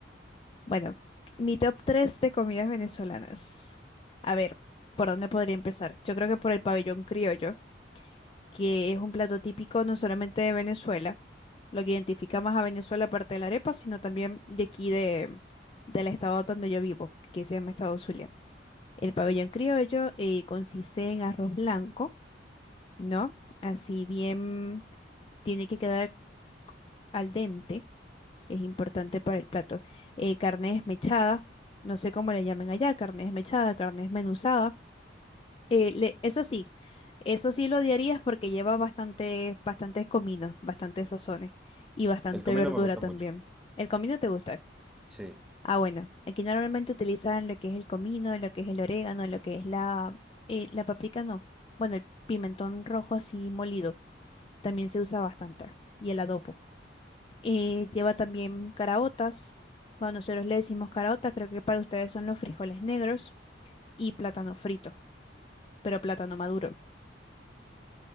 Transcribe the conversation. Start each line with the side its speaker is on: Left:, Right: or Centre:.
Left: Bueno, mi top 3 de comidas venezolanas. A ver, ¿por dónde podría empezar? Yo creo que por el pabellón criollo. que es un plato típico no solamente de Venezuela, lo que identifica más a Venezuela aparte de la arepa, sino también de aquí de, del estado donde yo vivo, que se llama Estado Zulia. El pabellón criollo eh, consiste en arroz blanco, ¿no? Así bien tiene que quedar al dente, es importante para el plato. Eh, carne desmechada, no sé cómo le llamen allá, carne desmechada, carne desmenuzada. Eh, le- eso sí, eso sí lo odiarías porque lleva bastante, bastantes cominos, bastantes sazones y bastante
Centre: El comino
Left: verdura
Centre: me gusta
Left: también.
Centre: mucho.
Left: ¿El comino te gusta?
Centre: Sí.
Left: Ah, bueno, aquí normalmente utilizan lo que es el comino, lo que es el orégano, lo que es la, eh, la paprika no. Bueno, el pimentón rojo así molido también se usa bastante y el adobo. Eh, lleva también caraotas. Bueno, nosotros le decimos caraota, creo que para ustedes son los frijoles negros y plátano frito, pero plátano maduro.